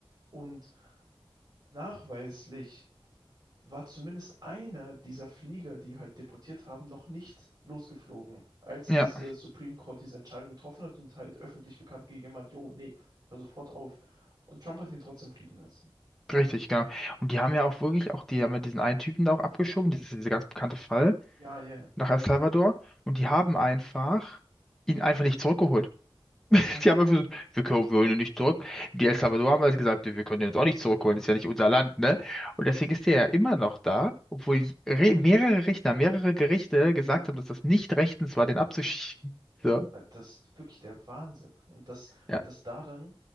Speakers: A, on the right; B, in the centre.
A: Und nachweislich war zumindest einer dieser Flieger, die halt deportiert haben, noch nicht losgeflogen, als
B: Ja.
A: diese Supreme Court diese Entscheidung getroffen hat und halt öffentlich bekannt gegeben hat, jo, nee, hör sofort auf. Und Trump hat ihn trotzdem fliegen lassen.
B: Richtig, genau. Und die haben ja auch wirklich, auch die haben ja diesen einen Typen da auch abgeschoben, dieses, dieser ganz bekannte Fall
A: Ja, ja,
B: nach El Salvador. Und die haben einfach ihn einfach nicht zurückgeholt. <laughs>
A: ja.
B: Die haben einfach gesagt, wir können, wir holen ihn nicht zurück. Die El Salvador haben also gesagt, wir können ihn jetzt auch nicht zurückholen, ist ja nicht unser Land, ne? Und deswegen ist der ja immer noch da, obwohl re mehrere Richter, mehrere Gerichte gesagt haben, dass das nicht rechtens war, den abzuschieben.
A: Ja,
B: So,
A: weil das ist wirklich der Wahnsinn. Und das,
B: ja,
A: das da dann,